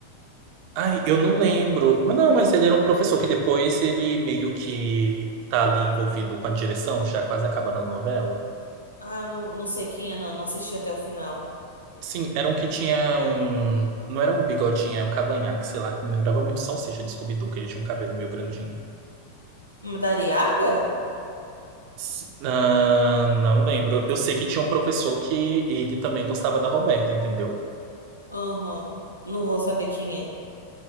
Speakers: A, on the right; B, on the left.
A: Ai, eu não lembro. Mas não, mas ele era um professor que depois ele meio que tá ali envolvido com a direção, já quase acabando a novela.
B: Ah, eu não, não sei quem é, não. Não assisti até o final.
A: Sim, era um que tinha um. Não era um bigodinho, é um cavanhaque, sei lá, que me lembrava muito Salsicha de Scooby-Doo, que ele tinha um cabelo meio grandinho.
B: Hum, Da Ariaga?
A: S- ah, não lembro. Eu sei que tinha um professor que ele também gostava da Roberta, entendeu?
B: Aham. Não vou saber quem é.